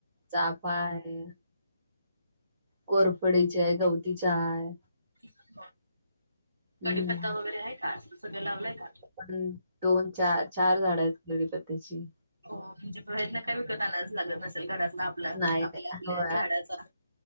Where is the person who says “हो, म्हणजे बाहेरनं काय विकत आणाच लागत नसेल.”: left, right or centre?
Right